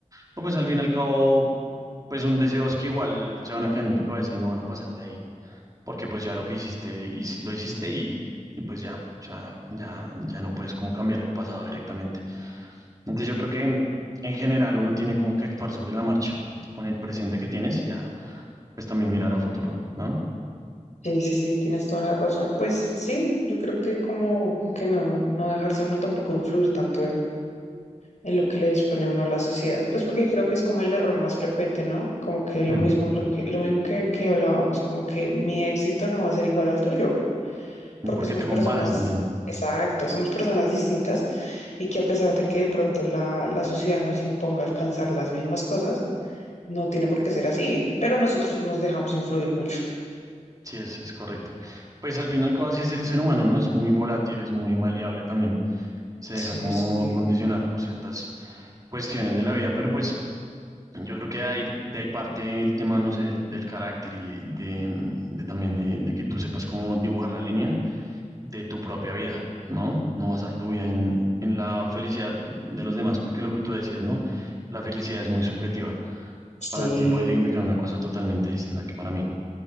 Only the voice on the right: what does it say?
Pero, Pues al fin y al cabo pues son deseos que igual se van a quedar en tu cabeza y no van a pasar de ahí, porque pues ya lo que hiciste, hici- lo hiciste y, y pues ya, o sea, ya, ya no puedes como cambiar el pasado directamente. Entonces yo creo que en general uno tiene como que actuar sobre la marcha, con el presente que tienes y ya, pues también mirar a futuro, ¿no?
Em,
Porque
te comparas
también.
Sí, es, es correcto. Pues al final, casi es el ser humano, ¿no? Es muy volátil, es muy maleable también. Se deja
como
condicionar por ciertas cuestiones de la vida, pero pues Yo creo que hay, de ahí parte el tema, no sé, del, del carácter y de, de también de, de que tú sepas cómo dibujar la línea de tu propia vida, ¿no? No basar tu vida en, en la felicidad de los demás, porque lo que tú decías, ¿no? La felicidad es muy subjetiva.
Para ti puede significar una cosa totalmente distinta que para mí.